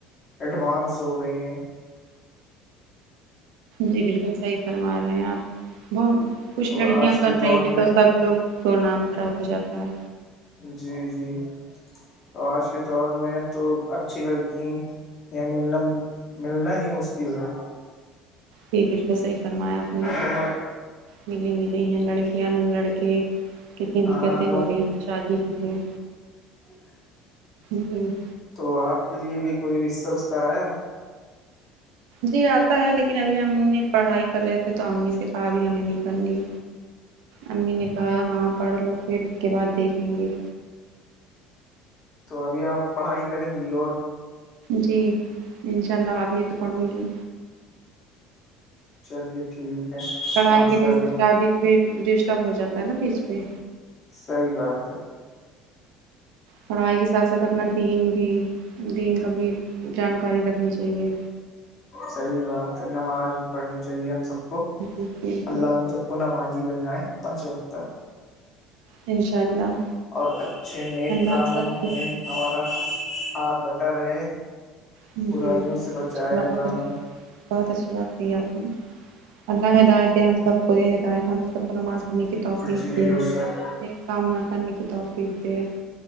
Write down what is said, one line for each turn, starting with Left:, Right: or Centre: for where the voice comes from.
Left: ایڈوانس ہو گئی ہیں
Right: جی بالکل صحیح فرما رہے ہیں آپ بہت کچھ
Left: تو
Right: لڑکیاں
Left: آج کے
Right: کر
Left: دور
Right: رہی ہیں
Left: میں
Right: تو سب لوگ کو نام خراب ہو جاتا ہے
Left: جی جی تو آج کے دور میں تو اچھی لڑکی ملنا ملنا ہی مشکل ہے
Right: یہ بالکل صحیح فرمایا اپپ نے
Left: بہت
Right: ملی ملی ہیں لڑکیاں لڑکے کتنی
Left: ہاں
Right: دقتیں ہو رہی ہیں شادی کیکیں
Left: جی
Right: جی
Left: تو آپ کے لیے بھی کوئی رستہ وستہ آیا
Right: جی آتا ہے لیکن ابھی ہم نے پڑھائی کر رہے تھے تو امی سے کہا ابھی ہمیں نہیں کرنی امی نے کہا ہاں پڑھ لو پھر اس کے بعد دیکھیں گے
Left: تو ابھی آپ پڑھائی کریں گی اور
Right: جی انشاء اللہ ابھی یہ تو کون ہووں گی
Left: چلیے ٹھیک ہے
Right: پڑھائی
Left: ماشاء
Right: کے بیچ
Left: اللہ
Right: سے شادی ڈسٹرب ہو جاتا ہے نا بیچ پہ
Left: صحیح بات ہے
Right: پڑھائی کے ساتھ ساتھ اپنا دین بھی دین کا بھی جانکاری رکھنی چاہیے
Left: صحیح بات ہے نماز بھی پڑھنی چاہیے ہم سب کو
Right: جی جی
Left: اللہ ہم جب پن آ جی بن ہے پچ وقت
Right: انشاء اللہ
Left: اور اچھے نیک
Right: اللہ
Left: کاموں
Right: سب کو
Left: میں ہمارا ہاتھ بٹا رہے
Right: جیا
Left: برائیوں سے بچائے
Right: اللہ حافظ
Left: میں
Right: بہت اچھی بات ت آپ کی اللہ ہدات ہے ہم سب پوری ہدات ہم سب نماز کرنے کی توفیقتے
Left: جی بے
Right: یہ
Left: شک
Right: کام ہے کرنے کی توفیقتے